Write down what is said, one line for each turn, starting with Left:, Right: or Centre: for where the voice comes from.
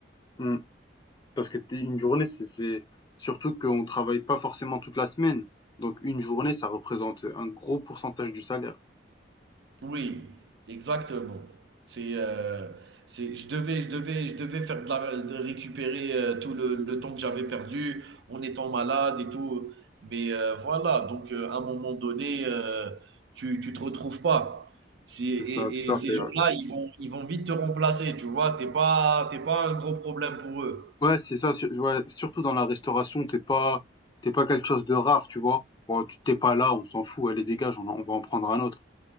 Left: Mm. Parce que t'es- une journée, c'est c'est- surtout qu'on travaille pas forcément toute la semaine. Donc une journée, ça représente un gros pourcentage du salaire.
Right: Oui, exactement. C'est, heu, c'est je devais je devais je devais faire de la de récupérer, heu, tout le le temps que j'avais perdu en étant malade et tout. Mais, heu, voilà, donc, heu, à un moment donné, heu, tu tu te retrouves pas. C'est et
Left: C'est ça, tout
Right: et
Left: à
Right: ces
Left: fait.
Right: gens-là, ils vont ils vont vite te remplacer, tu vois? t'es pas t'es pas un gros problème pour eux.
Left: Ouais, Ouais, c'est ça. sur- ouais, surtout dans la restauration, t'es pas t'es pas quelque chose de rare, tu vois. Bon, tu t'es pas là, on s'en fout. Allez, dégage, on, en- on va en prendre un autre.